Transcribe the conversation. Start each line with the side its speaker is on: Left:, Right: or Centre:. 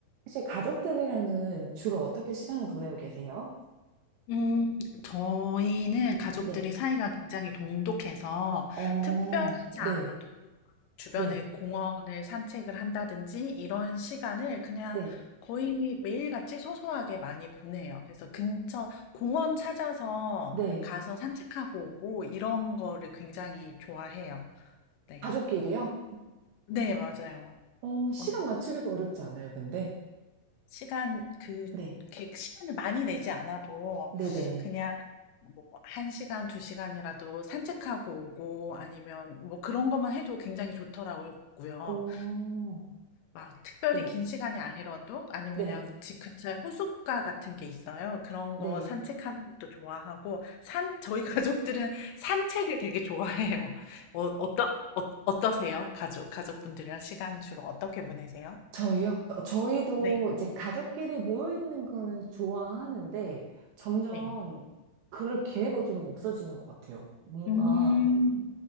Right: 혹시 가족들이랑은 주로 어떻게 시간을 보내고 계세요?
Left: 음 저희는 가족들이
Right: 네.
Left: 사이가 굉장히 돈독해서
Right: 어,
Left: 특별하지
Right: 네,
Left: 않아도 주변에
Right: 네,
Left: 공원을 산책을 한다든지 이런 시간을 그냥
Right: 네,
Left: 거의 매일같이 소소하게 많이 보내요. 그래서 근처 공원 찾아서
Right: 네.
Left: 가서 산책하고 오고 이런 거를 굉장히 좋아해요. 네.
Right: 가족끼리요?
Left: 네, 맞아요.
Right: 어, 시간
Left: 어,
Right: 맞추기도 어렵지 않아요, 근데.
Left: 시간 그
Right: 네,
Left: 이렇게 시간을 많이 내지 않아도
Right: 네네.
Left: 그냥 뭐 1시간, 2시간이라도 산책하고 오고 아니면 뭐 그런 것만 해도 굉장히 좋더라고요. 그리고
Right: 오,
Left: 막 특별히
Right: 네,
Left: 긴 시간이 아니라도 아니면
Right: 네,
Left: 그냥 집 근처에 호숫가 같은 게 있어요. 그런
Right: 네.
Left: 거 산책하는 것도 좋아하고 산 저희 <laughs> 가족들은 산책을 되게 좋아해요. 어, 어떠, 어, 어떠세요? 가족 가족분들이랑 시간 주로 어떻게 보내세요?
Right: 저희요? 어, 저희도
Left: 네.
Right: 이제 가족끼리 모여 있는 거는 좋아하는데 점점
Left: 네.
Right: 그럴 기회가 좀 없어지는 것 같아요. 뭔가
Left: 음,